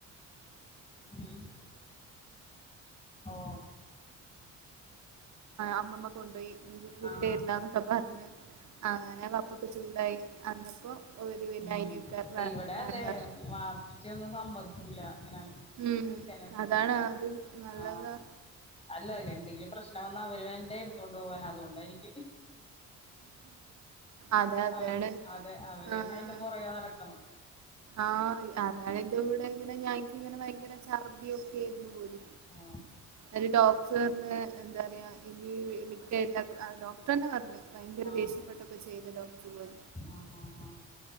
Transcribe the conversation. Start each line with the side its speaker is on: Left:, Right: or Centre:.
Left: ഉം ഓ
Right: അമ്മ കൊണ്ടുപോയി ഇനി വിട്ടരില്ലന്നൊക്കെ
Left: ആഹ്
Right: പറഞ് ആ അങ്ങനെ പപ്പൊക്കെ ചൂടായി അന്നപ്പോ ഓര് പിന്നെ
Left: ഉം
Right: അയിനൊക്കെ വേ
Left: ഇവിടെ
Right: വേണ്ട
Left: അതെ വാപ്പിച്ചൊന്നും സമ്മതിക്കൂല്ല ഇങ്ങനെ
Right: ഉം
Left: പൂച്ചേനെ ഒന്നും
Right: അതാണ്
Left: വളർത്താൻ
Right: അത് നല്ലതാ
Left: ആ അല്ല എന്തെങ്കിലും പ്രശ്നം വന്ന അവര് വേണ്ടെ എ തോണ്ടു പോവാൻ അതുകൊണ്ടായിരിക്കും
Right: അതെ അതാണ്
Left: അവര് അതെ അവര് <unintelligible>
Right: ആഹ്
Left: അയിന്റെ പുറകെ നടക്കണം
Right: ആഹ് അതാണ് <unintelligible> ഭയങ്കര ഛർദ്ദിയൊക്കെ ആയി
Left: ഓ
Right: അയിൽ ഡോക്ടർ പറഞ്ഞ് എന്താ പറയാ ഇനി വിട്ടരില്ല ഡോക്ടർന്നെ പറഞ്ഞ് ഭയങ്കര
Left: ആഹ്
Right: ദേഷ്യപ്പെട്ടൊക്കെ ചെയ്ത് ഡോക്ടർ.
Left: ആഹ് ആഹ്